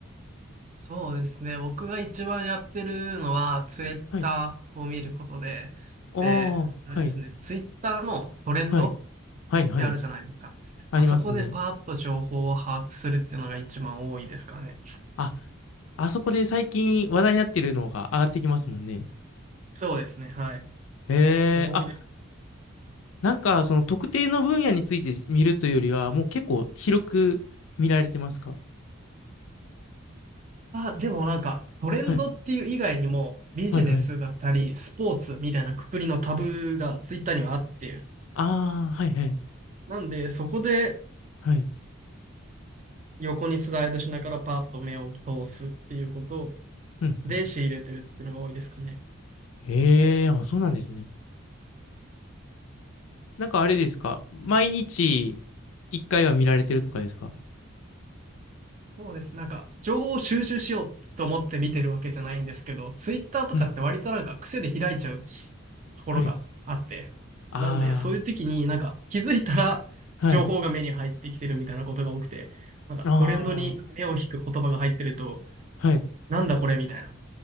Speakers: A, on the right; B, on the left.
A: そうですね。僕が一番やってるのは、ツイッターを見ることで、
B: はい。あ
A: で、
B: あ、
A: あれですね、
B: はい、
A: ツイッターのトレンドっ
B: はい、はい、はい。
A: てあるじゃないですか。
B: ありますね。
A: あそこでパーッと情報を把握するっていうのが一番多いですかね。
B: あ、あそこで最近話題になってるのが上がってきますもんね。
A: そうですね。はい。
B: へ
A: それが多いです。
B: え、あ、なんか、その特定の分野について見るというよりは、もう結構広く見られてますか
A: あ、でもなんか、トレンドっていう以外にも、
B: はい、
A: ビジネスだったり、
B: はい、はい。
A: スポーツみたいなくくりのタブがツイッターにはあって、
B: ああ、はい、はい、
A: なんで、そこで
B: はい。
A: 横にスライドしながらパーッと目を通すっていうこと
B: うん、
A: で仕入れてるっていうのが多いですかね。
B: うん。へえ、あ、そうなんですね。なんかあれですか毎日一回は見られてるとかですか
A: そうです。なんか、情報を収集しようと思って見てるわけじゃないんですけど、ツイッターとかって割となんか癖で開いちゃう
B: うん、
A: ところがあって、
B: はい。あ
A: なんで、そういう時になんか気づいたら情報が目に入ってきてるみたいなことが多くて、
B: あ、はい。
A: なんかトレンドに目を引く言葉が入ってると、
B: ああ、はい。
A: なんだこれみたいなっ